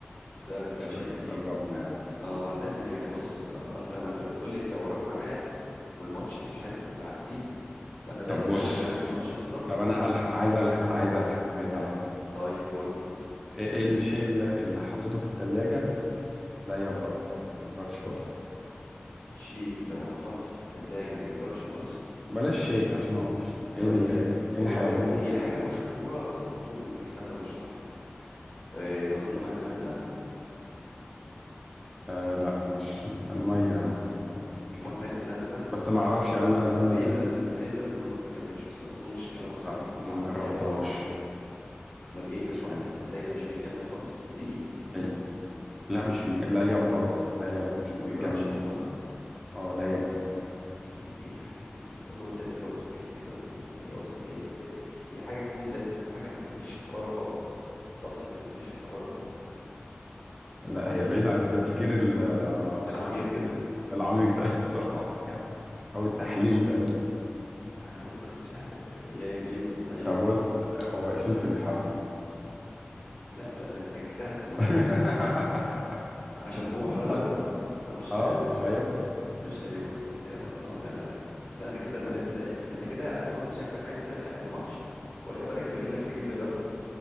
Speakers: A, on the left; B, in the centre.
A: ده ده
B: عشان
A: شيء
B: خلاص
A: اكيد
B: قربنا يعني
A: اه
B: اه
A: لازم يعني بص آه انت ما انت بتقول لي انت وراك ميعاد والماتش انت مش عايز تف- تعديه فانا لازم
B: طب بص
A: قبل ميعاد الماتش بالظبط
B: طب
A: اكون
B: انا هلحق عايز الحق عايز الحق عايز
A: ط-
B: الحق
A: طيب قول لي اسالني
B: ايه إيه الشيء
A: سؤال.
B: اللي, اللي حطيته في التلاجة لا يبرد ما يبردش خالص
A: شيء لو انحط في الثلاجة ما يبردش خالص
B: بلاش شيء عشان هو مش شيء
A: طيب
B: ايه ال- إيه
A: هو
B: الحاجة
A: هو
B: يعني
A: هي حاجة مشهورة بس انا اظن ان الكلام ده مش صحيح آه، اظن ماء زمزم
B: آه لا مش المية بتلك
A: م-
B: عادي
A: ماء زمزم
B: بس
A: ما-
B: ما اعرفش
A: اتحطت
B: عن ماء
A: في
B: زمزم
A: الفريزر
B: لا,
A: في الفريزر بيقولوا ما بتتجمدش بس انا ما اظنش الكلام ده صحيح
B: لا
A: اظن
B: ما
A: ان
B: جربتهاش
A: هي خرافه كده امال
B: لا
A: ايه اللي بيتحط
B: مش عارف
A: في التلاجة مش بيتجمد خالص الدقيق
B: ال- لا مش بيج... لا يبرد لا يبرد مش
A: ما
B: متجمد
A: بيبردش اصلا
B: اه لا يبرد
A: ايه ال- ايه الحاجه اللي ممكن تبقى جوه التلاجة ومستحيل تبرد دي امال هي وظيفتها ايه ما بت... هي حاجه تكون لازم تكون حاجه ما بتنقلش حراره خالص سطح ما بينقلش حراره خالص
B: لا
A: عارف
B: هي بعيد عن التفكير ال-
A: العميق
B: التفكير
A: ده
B: العميق ده <laughs> صراحة يعني او التحليل ده
A: انا والله مش عارف انت هي ايه إيه ما تطلع ايه
B: طب
A: يعني
B: بص هو الفلفل الحار
A: لا لا انت كده عايز تموتني
B: <laughs>
A: من الضحك عشان هو حر
B: ما-
A: طبعا فمش
B: اه مش هيبرد
A: مش هيبرد يا الله لا
B: اه
A: لا لا كده انت
B: ما-
A: انت انت كده اصلا شكلك عايز تلحق الماتش واخد بالك بانك تجيب لي جلطه